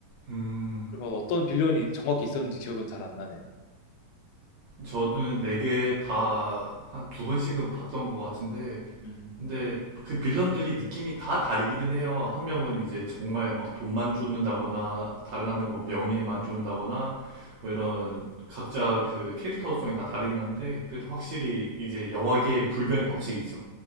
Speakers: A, on the right (about 75°); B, on the left (about 85°).
A: 음.
B: 그막 어떤 빌런이 정확히 있었는지 기억은 잘 안 나네요.
A: 저도 네 개 다 한 두 번씩은 봤던 것 같은데,
B: 음.
A: 근데 그 빌런들이 느낌이 다 다르기는 해요. 한 명은 이제 정말 막 돈만 쫓는다거나, 다른 한 명은 뭐 명예만 쫓는다거나, 뭐 이런 각자 그 캐릭터성이 다 다르긴 한데, 그래도 확실히 이제 영화계의 불변의 법칙이죠.